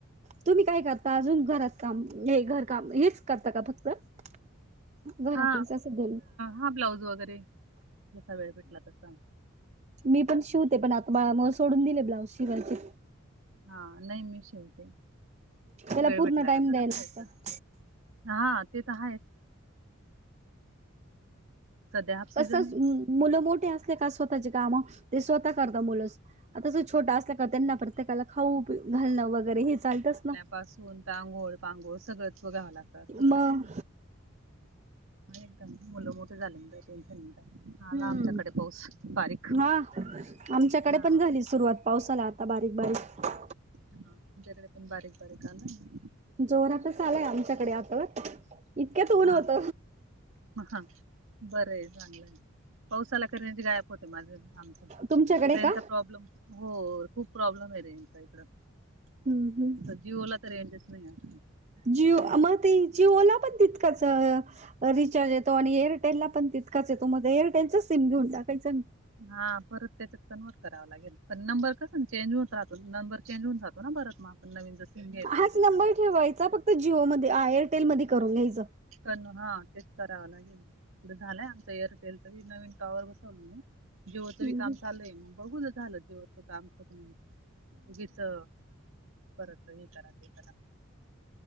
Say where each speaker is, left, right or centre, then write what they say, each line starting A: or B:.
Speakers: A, on the right; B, on the right.
A: तुम्ही काय करता अजून घरात काम हे घर काम हेच करता का फक्त? <inaudible> घरातलेच
B: हा,
A: असं
B: हा ब्लाऊज वगैरे जसा वेळ भेटला तसा.
A: मी पण शिवते पण आता बाळामुळे सोडून दिले ब्लाऊज शिवायचे.
B: हा, नाही मी शिवते.
A: त्याला
B: वेळ
A: पूर्ण
B: भेटला
A: टाइम
B: का करत
A: द्यायला
B: राहायचं.
A: लागत
B: हा, ते तर आहेच. सध्या हाफ सीझन
A: कस
B: आहे.
A: मुलं मोठे असले का स्वतःचे कामं ते स्वतः करतात मुलं. आता जो छोटा असला का त्यांना प्रत्येकाला खाऊ पी घालणं वगैरे हे चालतंच ना.
B: पासून आंघोळ- पांघोळ सगळंच बघावं लागतं खर
A: मग
B: तर. एकदम मुलं मोठी झालं काही टेन्शन नाही रहात, आला
A: हम्म
B: आमच्याकडे पाऊस बारीक.
A: हा आमच्याकडे
B: हा हा
A: पण झाली सुरुवात पावसाला आता बारीक बारीक.
B: हा आमच्याकडे पण बारीक बारीक आला ना.
A: जोरातच आलाय आमच्याकडे आता बर इतक्यात ऊन
B: हा
A: होत
B: का बरंय चांगलंय. पाऊस आला का रेंज गायप होते माझ आमच
A: तुमच्याकडे
B: रेंज
A: का
B: चा प्रॉब्लेम हो खूप प्रॉब्लेम आहे रेचा इकड.
A: हम्म हम्म
B: तर जिओला तर रेंजच नाही.
A: जिओ मग ते जिओला पण तितकच रिचार्ज येतो आणि एअरटेलला पण तितकाच येतो. मग एरटेलचं सिम घेऊन टाकायचं.
B: हा परत त्याच कन्वर्ट कराव लागेल, पण नंबर कस ना चेंज होऊत राहतो. नंबर चेंज होऊन राहातो ना परत मग. आपण नवीन जर सिम घ्यायचा
A: हाच
B: म्हटलं का
A: नंबर ठेवायचा फक्त जिओमध्ये, एरटेलमध्ये करून घ्यायच.
B: करण हा तेच करावं लागेल, ईकढं झालंय आमच एअरटेल नवीन टॉवर बसवल ना, जिओ च पण
A: हम्म
B: काम चाललंय मग बघू झालं जे काम कर उगीच करत हे करा ते करा.